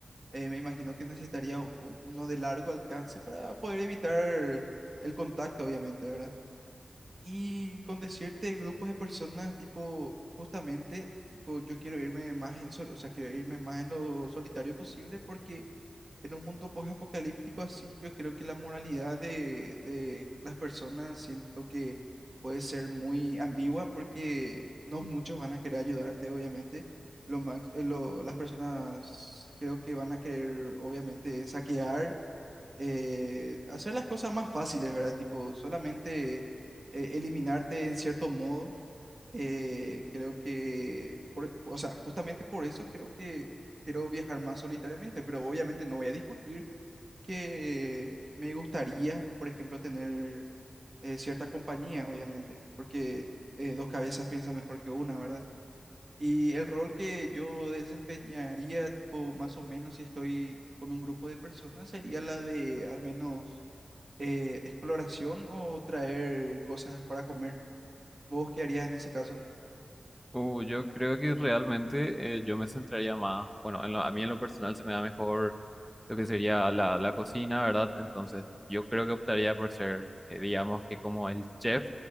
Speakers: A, on the right; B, in the centre.
A: Eh, me imagino que necesitaría u- uno de largo alcance para poder evitar el contacto, obviamente, ¿verdad? Y con decirte grupos de personas, tipo, justamente, tipo, yo quiero irme más en, sol- o sea, quiero irme más en lo solitario posible porque en un mundo post-apocalíptico así, yo creo que la moralidad de, de las personas siento que puede ser muy ambigua porque no muchos van a querer ayudarte, obviamente. Lo max- eh, lo- las personas creo que van a querer, obviamente, saquear eh, hacer las cosas más fáciles, ¿verdad? Tipo, solamente eh, eliminarte en cierto modo. eh, creo que, por- o sea, justamente por eso creo que quiero viajar más solitariamente, pero obviamente no voy a discutir que me gustaría, por ejemplo, tener eh, cierta compañía, obviamente, porque eh, dos cabezas piensan mejor que una, ¿verdad? Y el rol que yo desempeñaría, tipo, más o menos si estoy con un grupo de personas, sería la de al menos eh, exploración o traer cosas para comer. ¿Vos qué harías en ese caso?
B: Uh, yo creo que realmente eh, yo me centraría más, bueno, en lo- a mí en lo personal se me da mejor lo que sería la, la cocina, ¿verdad? Entonces yo creo que optaría por ser, eh, digamos que como el chef